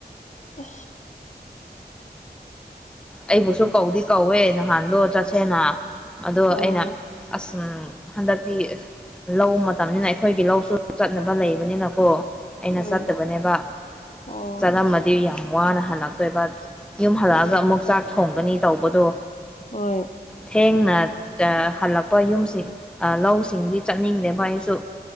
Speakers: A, on the left; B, in the centre.
A: ꯑꯁ
B: ꯑꯩꯕꯨꯁꯨ ꯀꯧꯗꯤ ꯀꯧꯋꯦ ꯅꯍꯥꯟꯗꯣ ꯆꯠꯁꯦꯅ ꯑꯗꯣ
A: ꯑꯣ
B: ꯑꯩꯅ ꯑꯁ ꯎꯝ ꯍꯟꯗꯛꯇꯤ ꯂꯧ ꯃꯇꯝꯅꯤꯅ ꯑꯩꯈꯣꯏꯒꯤ ꯂꯧꯁꯨ ꯆꯠꯅꯕ ꯂꯩꯕꯅꯤꯅꯀꯣ ꯑꯩꯅ
A: ꯎꯝ
B: ꯆꯠꯇꯕꯅꯦꯕ
A: ꯑꯣ
B: ꯆꯠꯂꯝꯃꯗꯤ ꯌꯥꯝ ꯋꯥꯅ ꯍꯜꯂꯛꯇꯣꯏꯕ ꯌꯨꯝ ꯍꯜꯂꯛꯑꯒ
A: ꯎꯝ
B: ꯑꯃꯨꯛ ꯆꯥꯛ ꯊꯣꯡꯒꯅꯤ ꯇꯧꯕꯗꯣ
A: ꯍꯣꯏ
B: ꯊꯦꯡꯅ ꯇ ꯍꯜꯂꯛꯄ ꯌꯨꯝꯁꯤ ꯑꯥ ꯂꯧꯁꯤꯡꯗꯤ ꯆꯠꯅꯤꯡꯗꯦ ꯚꯥꯏ ꯑꯩꯁꯨ